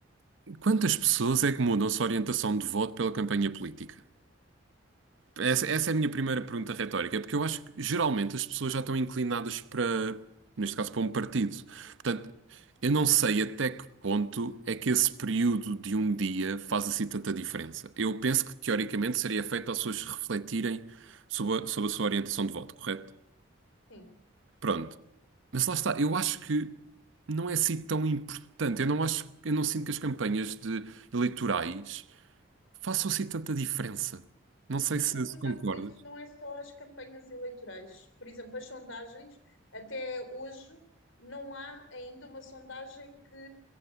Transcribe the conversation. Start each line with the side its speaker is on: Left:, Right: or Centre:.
Right: quantas pessoas é que mudam sua orientação de voto pela campanha política? Essa, essa é a minha primeira pergunta retórica, porque eu acho que geralmente as pessoas já estão inclinadas para, neste caso, para um partido. Portanto, eu não sei até que ponto é que esse período de um dia faz assim tanta diferença. Eu penso que, teoricamente, seria feito para as pessoas refletirem sobre a, sobre a sua orientação de voto, correto?
Left: Sim.
Right: Pronto. Mas lá está, eu acho que não é assim tão importante. Eu não acho, eu não sinto que as campanhas de eleitorais façam assim tanta diferença. Não sei
Left: O
Right: se
Left: problema
Right: se concordas.
Left: às vezes não é só as campanhas eleitorais. Por exemplo, as sondagens, até hoje, não há ainda uma sondagem que